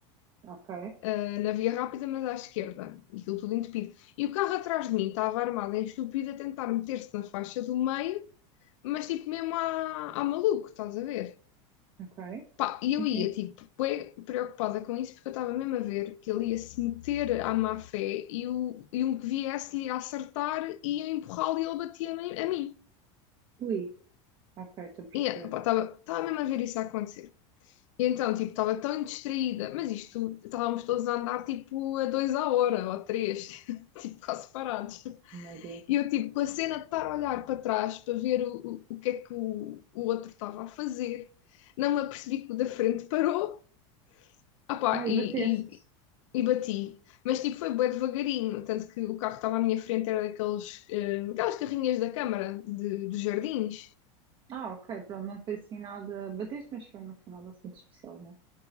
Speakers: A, on the right (about 30°); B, on the left (about 80°).
A: ok,
B: ah, na via rápida, mas à esquerda, e aquilo tudo entupido. E o carro atrás de mim estava armado em estúpido a tentar meter-se na faixa do meio, mas tipo mesmo à, à maluco, estás a ver?
A: ok.
B: Pá, e
A: Sim,
B: eu ia,
A: sim.
B: tipo, bué preocupada com isso, porque eu estava mesmo a ver que ele ia se meter à má fé e, o, e um que viesse-lhe a acertar ia empurrá-lo e ele batia-me a mim.
A: Ui, ok, estou a perceber.
B: E estava mesmo a ver isso a acontecer. E então, tipo, estava tão distraída, mas isto, estávamos todos a andar, tipo, a dois à hora, ou a três, <laughs> tipo, quase parados.
A: Meu Deus.
B: E eu, tipo, com a cena de estar a olhar para trás para ver o, o, o que é que o, o outro estava a fazer, não me apercebi que o da frente parou Ah pá,
A: Ai,
B: e,
A: bateste.
B: e, e bati. Mas tipo, foi bem devagarinho. Tanto que o carro que estava à minha frente era daqueles, eh, aquelas carrinhas da Câmara de, dos Jardins.
A: Ah, ok, pronto, não foi assim nada. Batiste, mas foi no final assim de especial, não?